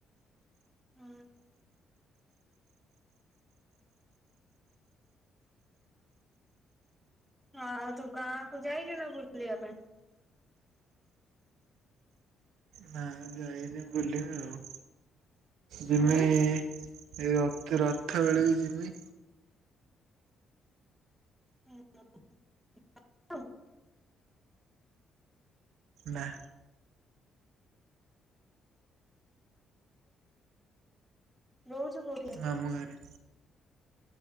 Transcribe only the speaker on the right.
ନା ଯାଇ। ଯାଆ ବୁଲିବା ଆଉ। ଯିମି
ଏ ରଥ ରଥ ବେଳକୁ ଯିମି।
ନାଁ।
ମାମୁଁ ଘରେ।